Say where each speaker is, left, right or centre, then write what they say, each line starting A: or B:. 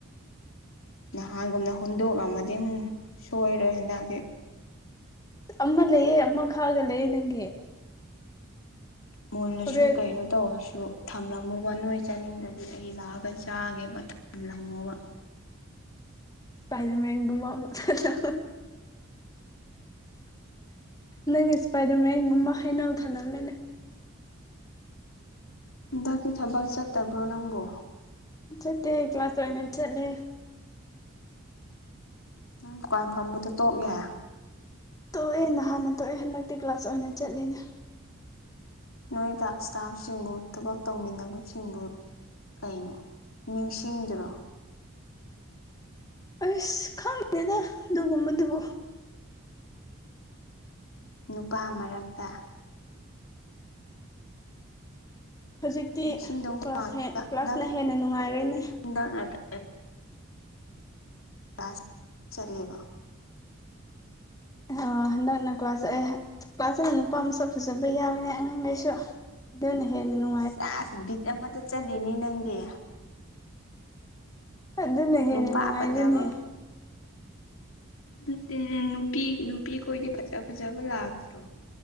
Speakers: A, on the left; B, on the left.
A: ꯅꯍꯥꯟꯒꯨꯝꯅ ꯍꯨꯟꯗꯣꯛꯑꯃꯗꯤ ꯑꯃꯨ ꯁꯣꯏꯔꯣꯏ ꯍꯟꯗꯥꯛꯁꯤ
B: ꯑꯃ ꯂꯩꯑ ꯑꯃ ꯈꯛꯑꯒ ꯂꯩꯌꯦꯦ ꯅꯪꯒꯤ
A: ꯃꯨꯜꯂꯁꯨ
B: ꯍꯣꯔꯦꯟ
A: ꯀꯩꯅꯣ ꯇꯧꯔꯁꯨ ꯊꯝꯂꯝꯃꯣꯕ ꯅꯣꯏ ꯆꯥꯅꯤꯡꯗꯗꯤ ꯑꯩ ꯂꯥꯛꯑꯒ ꯆꯥꯒꯦꯕ ꯊꯝꯂꯝꯃꯣꯕ
B: ꯁꯄꯥꯏꯁꯤ ꯃꯒꯣ ꯃꯁꯂꯥ ꯅꯪ ꯏꯁꯄꯥꯏꯗꯔꯃꯦꯦꯟꯒꯨꯝꯕ ꯍꯩꯅꯎ ꯊꯂꯝꯃꯦꯅꯦ
A: ꯍꯟꯗꯛꯀꯤ ꯊꯕꯛ ꯆꯠꯇꯕ꯭ꯔꯣ ꯅꯪꯕꯨꯣ
B: ꯆꯠꯇ ꯀ꯭ꯂꯥꯁ ꯑꯣꯏꯅ ꯆꯠꯂꯦ
A: ꯅꯪ ꯗꯨꯀꯥꯟ ꯐꯝꯕꯗꯣ ꯇꯣꯛꯑꯦ
B: ꯇꯣꯛꯑꯦ ꯅꯍꯥꯟꯅ ꯇꯣꯛꯑꯦ ꯍꯟꯗꯛꯇꯤ ꯀ꯭ꯂꯥꯁ ꯑꯣꯏꯅ ꯆꯠꯂꯤꯅꯦ
A: ꯅꯣꯏꯗ ꯏꯁꯇꯥꯐꯁꯤꯡꯕꯨ ꯊꯕꯛ ꯇꯧꯃꯤꯟꯅꯕꯁꯤꯡꯕꯨ ꯀꯩꯅꯣ ꯅꯤꯡꯁꯤꯡꯗ꯭ꯔꯣ꯫
B: ꯑꯁ ꯈꯪꯗꯦꯗ ꯑꯗꯨꯒꯨꯝꯕꯗꯨꯕꯨ꯫
A: ꯅꯨꯄꯥ ꯃꯔꯛꯇ꯫
B: ꯍꯧꯖꯤꯛꯇꯤ
A: ꯅꯤꯡꯁꯤꯡꯗꯧ ꯃꯥꯟꯗꯦꯗ
B: ꯀ꯭ꯂꯥꯁ ꯍꯦ
A: ꯍꯟꯗꯛ
B: ꯀ꯭ꯂꯥꯁꯅ ꯍꯦꯟꯅ ꯅꯨꯡꯉꯥꯏꯔꯦꯅꯦ꯫
A: <unintelligible> ꯀ꯭ꯂꯥꯁ ꯆꯠꯂꯦꯕ꯫
B: ꯑ ꯍꯟꯗꯛꯅ ꯀ꯭ꯂꯥꯁ ꯆꯠꯂꯦ ꯀ꯭ꯂꯥꯁ ꯆꯠꯂꯅ ꯅꯨꯄꯥ ꯃꯁꯛ ꯐꯖꯕ ꯌꯥꯎꯋꯦꯅꯦ ꯑꯉꯥꯡꯈꯩꯁꯨ꯫ ꯑꯗꯨꯅ ꯍꯦꯟꯅ ꯅꯨ
A: ꯆꯥꯁ ꯕꯤꯠ ꯑꯃꯗ ꯆꯠꯂꯤꯅꯦ ꯅꯪꯗꯤ
B: ꯑꯗꯨꯅꯦ ꯍꯦꯟꯅ
A: ꯅꯨꯄꯥ
B: ꯅꯨꯡꯉꯥꯏꯔꯦꯅꯦ
A: ꯐꯖꯕ ꯅꯠꯇꯦꯅꯦ ꯅꯨꯄꯤ ꯅꯨꯄꯤꯈꯣꯏꯗꯤ ꯐꯖ ꯐꯖꯕ ꯂꯥꯛꯇ꯭ꯔꯣ